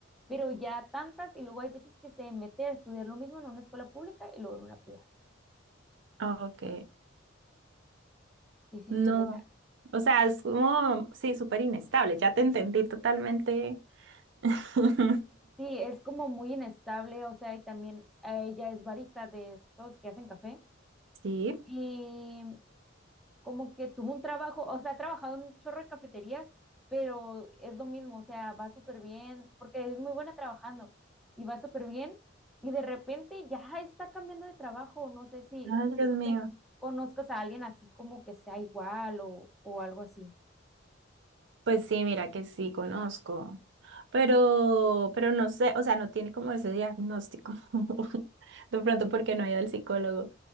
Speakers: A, in the centre; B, on the right.
A: Pero ya tantas y luego hay veces que se mete a estudiar lo mismo en una escuela pública y luego en una privada.
B: Ok,
A: Sí, sí,
B: no.
A: sí, o sea,
B: O sea, es como, sí, súper inestable. Ya te entendí totalmente. <laughs>
A: sí, es como muy inestable, o sea, y también eh, ella es barista de estos que hacen café
B: Sí.
A: y como que tuvo un trabajo, o sea, ha trabajado en un chorro de cafeterías, pero es lo mismo, o sea, va súper bien, porque es muy buena trabajando y va súper bien, y de repente ya está cambiando de trabajo, no sé si
B: Ay, Dios
A: tú
B: mío.
A: te- conozcas a alguien así como que sea igual o, o algo así.
B: Pues sí, mira que sí conozco. Pero, pero no sé, o sea, no tiene como ese diagnóstico, <laughs> de pronto porque no ha ido al psicólogo,